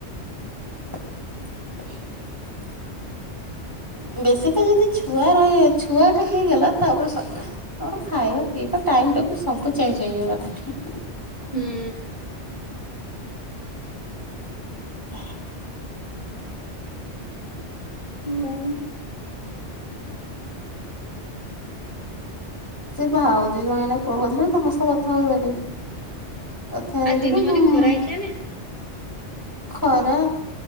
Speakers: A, on the left; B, on the right.
A: <inaudible>
B: ଆଉ
A: ବେଶୀ ତ ଯଦି ଛୁଆ ରହ ଛୁଆଟା ହେଇଗଲା ତାପରେ ସା ତାମର ଖାଇବା ପିଇବା ଟାଇମ ଟେବ ସବୁ ଚେଞ୍ଜ ହେଇଯିବ କଥାରେ
B: ହୁଁ
A: ହ
B: ହଉ।
A: ସେ ଭାଉଜ ଜଣେଇିଲ ପୁଅ ବଥିଲ ସମସ୍ତେ କଥା ହଉ ଦେଲେ ଅଥା ହେଇକିନି
B: ଆ ଦିନ ମାନେ
A: ମୁଁ
B: ଖରା ହେଇଥିଲା
A: ଖରା